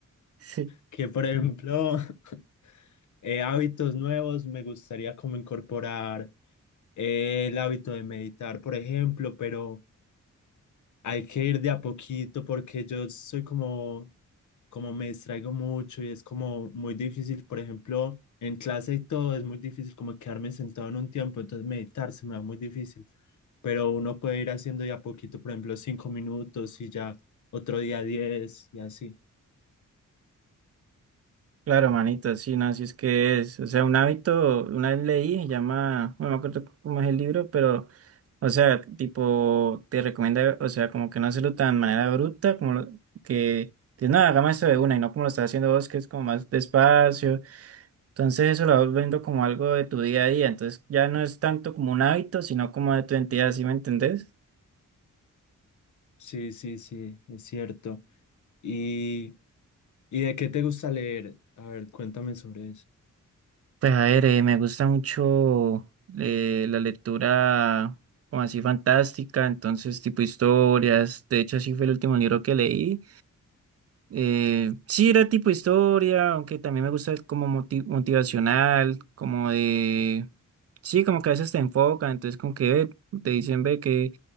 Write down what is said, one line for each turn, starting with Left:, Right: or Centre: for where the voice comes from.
Right: <laughs>
Left: que por ejemplo, <laughs> eh, hábitos nuevos, me gustaría como incorporar eh, el hábito de meditar, por ejemplo, pero hay que ir de a poquito porque yo soy como, como me distraigo mucho y es como muy difícil, por ejemplo, en clase y todo es muy difícil como quedarme sentado en un tiempo, entonces meditar se me va muy difícil, pero uno puede ir haciendo de a poquito, por ejemplo, cinco minutos y ya otro día diez y así.
Right: Claro, manito, sí, no, así es que es. O sea, un hábito, una vez leí, se llama, no me acuerdo cómo es el libro, pero, o sea, tipo, te recomienda, o sea, como que no hacerlo tan de manera bruta, como lo- que, dices, no, hagamos esto de una y no como lo estás haciendo vos, que es como más despacio. Entonces, eso lo vas viendo como algo de tu día a día. Entonces, ya no es tanto como un hábito, sino como de tu entidad, ¿sí me entendés?
Left: Sí, sí, sí, es cierto. ¿Y, y de qué te gusta leer? A ver, cuéntame sobre eso.
Right: Pues a ver, eh, me gusta mucho eh, la lectura como así fantástica, entonces tipo historias, de hecho así fue el último libro que leí. Eh, sí era tipo historia, aunque también me gusta el como moti- motivacional, como de... Sí, como que a veces te enfocan, entonces como que ve, te dicen, ve, que